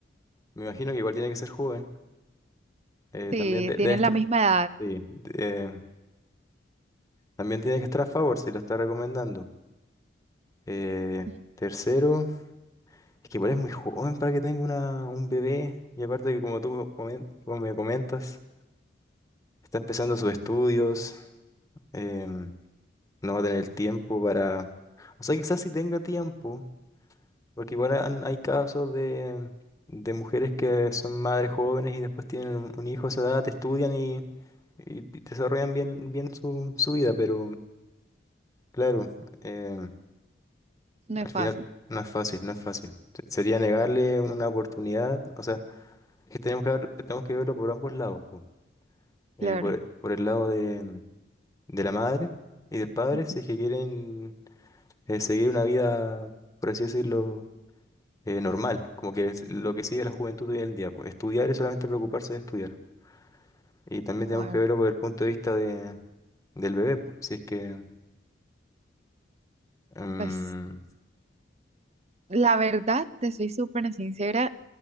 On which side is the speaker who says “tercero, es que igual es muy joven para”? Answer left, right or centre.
Left